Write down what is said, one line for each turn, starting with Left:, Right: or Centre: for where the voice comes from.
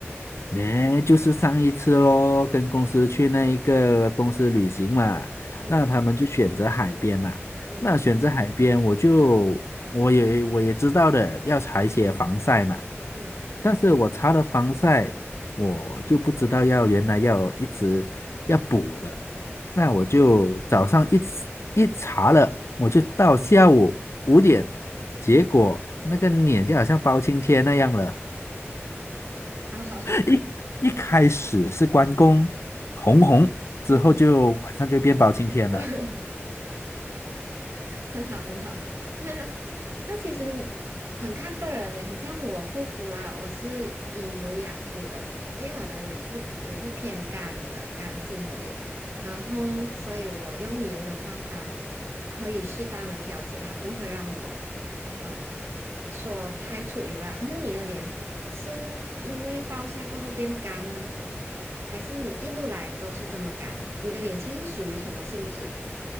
Left: 呢，就是上一次咯，跟公司去那一个公司旅行嘛，
Right: 嗯
Left: 那他们就选择海边嘛。
Right: 嗯
Left: 那选择海边，我就我也我也知道的，要擦一些防晒嘛。
Right: 嗯，
Left: 但是我擦了防晒，我就不知道要原来要一直要补的。那我就早上一吃一查了，
Right: 哦，
Left: 我就到下午五点，结果那个脸就好像包青天那样了。
Right: 好好，好
Left: 一一开始是关公红红，之后就晚上就变包青天了。
Right: 嗯，<laughs> 很好，很好。那那其实很看个人呢，很像我护肤啦，我是以油养肤的，因为我的脸是也是偏干的，干性的脸，然后所以我用油的话，它可以适当的调节，它不会让我呃说太出油啦。可是你的脸是因为暴晒过后变干呢，还是你一路来都是这么干？你的脸其实属于什么性质？